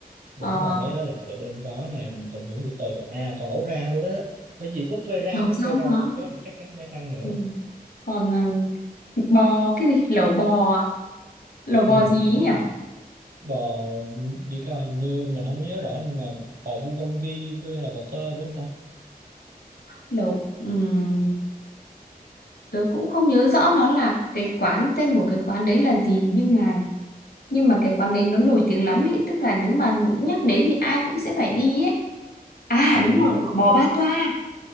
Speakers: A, on the right; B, on the left.
A: đúng
B: ờ,
A: rồi mấy cái đó là chợ đêm có nè mình tận hưởng từ từ à còn lẩu rau nữa đó bởi vì buffet rau
B: lẩu
A: buffet
B: rau
A: rau
B: hả
A: cái đó mình chắc chắn phải ăn nữa
B: ừ. còn à, thịt bò cái gì lẩu bò à? lẩu bò
A: ừ
B: gì
A: đúng
B: ấy nhỉ
A: rồi bò đi coi hình như mình không có nhớ rõ nhưng mà bò bulgogi với hay là bò tơ phải không ta
B: lẩu ừm, tớ cũng không nhớ rõ nó là cái quán tên của cái quán đấy là gì nhưng mà nhưng mà cái quán đấy nó nổi tiếng lắm ý tức là nếu mà nhắc đến thì ai cũng sẽ phải đi ấy à
A: à
B: đúng rồi
A: o-
B: lẩu bò ba toa